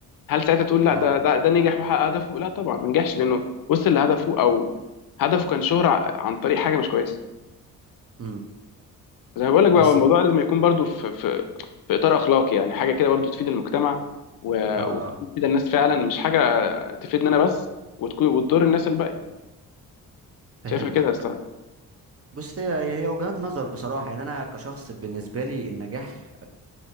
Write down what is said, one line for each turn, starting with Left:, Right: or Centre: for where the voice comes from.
Left: هل ساعتها تقول لا
Right: اه
Left: ده ده ده نجح وحقق هدفه لا طبعا ما نجحش لانه وصل لهدفه او هدفه كان شهرة ع- عن طريق حاجه مش كويسه
Right: مم.
Left: زي ما بقول لك بقى
Right: بس
Left: هو الموضوع
Right: اه
Left: لازم يكون برضو في في في اطار اخلاقي يعني حاجه كده برضو تفيد المجتمع و-
Right: اه
Left: وتفيد الناس فعلا مش حاجه تفيدني انا بس وتكون وتضر الناس الباقيه
Right: فهمتك
Left: شايفها كده يا الصراحه
Right: بص هي هي وجهات نظر بصراحة يعني أنا كشخص بالنسبة لي النجاح